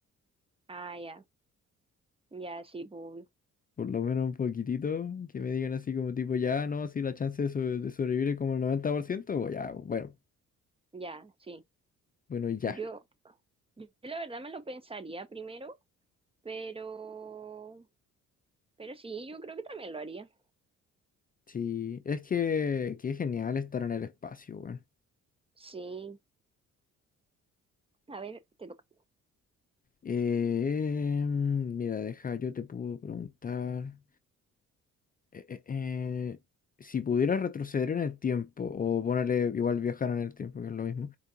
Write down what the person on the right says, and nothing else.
Ah, ya, ya, sí, pues, obvio.
Ya, sí.
Yo, yo la verdad me lo pensaría primero, pero, pero sí, yo creo que también lo haría.
Sí, A ver, te toca.